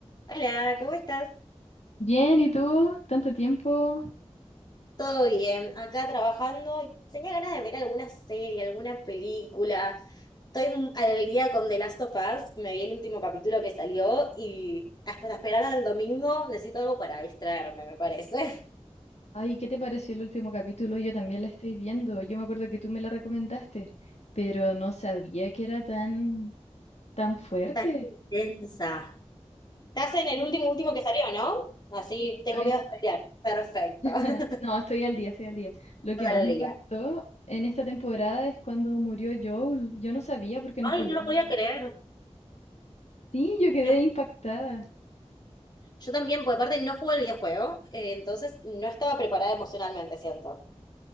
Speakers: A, on the left (about 35°); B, on the left (about 70°).
A: Hola, ¿cómo estás?
B: Bien, ¿y tú? ¿Tanto tiempo?
A: Todo bien, acá trabajando. Tenía ganas de ver alguna serie, alguna película. Estoy m- al día con The Last of Us, me vi el último capítulo que salió y hasta esperar al domingo necesito algo para distraerme, me parece.
B: Ay, ¿qué te pareció el último capítulo? Yo también la estoy viendo. Yo me acuerdo que tú me la recomendaste, pero no sabía que era tan, tan fuerte.
A: <laughs> Tan intensa. Estás en el
B: Sí,
A: último último que salió, ¿no? Así
B: sí, estoy,
A: tengo miedo de spoilear. Perfecto.
B: <laughs>
A: <laughs>
B: no, estoy al día, estoy al día. Lo que
A: Estás
B: más
A: al
B: me
A: día.
B: impactó en esta temporada es cuando murió Joel. Yo no sabía porque
A: Ay,
B: no jugué.
A: no lo
B: al-
A: podía creer.
B: Sí, yo quedé
A: Te ju-
B: impactada.
A: Yo también, por aparte no jugué al videojuego, eh, entonces no estaba preparada emocionalmente, siento.